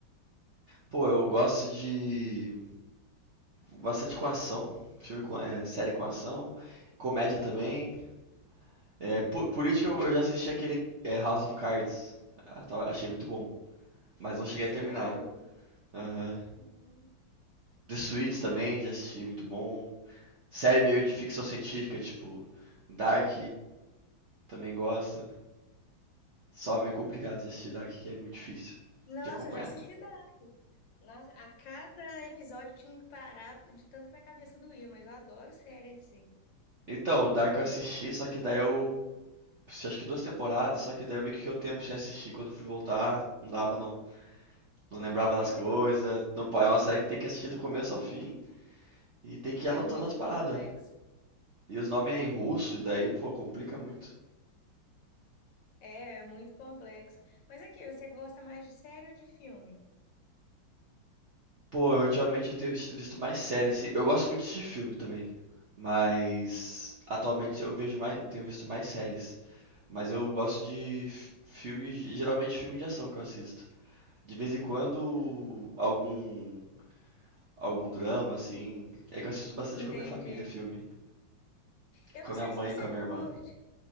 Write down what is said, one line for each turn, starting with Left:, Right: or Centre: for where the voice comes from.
Right: Pô, eu gosto de. Bastante com ação. Filme com, é, série com ação. Comédia também. É, po- política eu, eu já assisti aquele é, House of Cards. Ah, tava- achei muito bom. Mas não cheguei
Left: Sério?
Right: a terminar. Aham.
Left: Hum.
Right: The Suits também, já assisti, muito bom. Série meio de ficção científica, tipo Dark, também gosto. Só é meio complicado de assistir Dark, que é muito difícil
Left: Nossa,
Right: de acompanhar.
Left: eu já assisti. da- Nossa, a cada episódio eu tinha que parar de tanto que minha cabeça doía, mas eu adoro série, assim.
Right: Então, o Dark eu assisti, só que daí eu assisti, acho que duas temporadas, só que daí eu meio que fiquei um tempo sem assistir. Quando eu fui voltar, não dava não. Não lembrava
Left: <laughs>
Right: das coisas. Não, po- é uma série que tem que assistir do começo ao fim e tem que
Left: É
Right: ir anotando
Left: muito
Right: as
Left: complexo.
Right: paradas. E os nomes é em russo, e daí, pô, complica muito.
Left: É, é muito complexo. Mas aqui, você gosta mais de série ou de filme?
Right: Pô, eu, ultimamente eu tenho vis- visto mais séries assim. Eu gosto muito de filme também, mas atualmente eu vejo mais, tenho visto mais séries. Mas eu gosto de f- filmes, geralmente filme de ação que eu assisto. De vez em quando
Left: Hum.
Right: algum algum drama, assim. É que eu assisto bastante
Left: Entendi.
Right: com a minha família, filme,
Left: Eu
Right: com
Left: não
Right: a
Left: sei
Right: minha mãe
Left: se você
Right: e com a minha
Left: curte.
Right: irmã.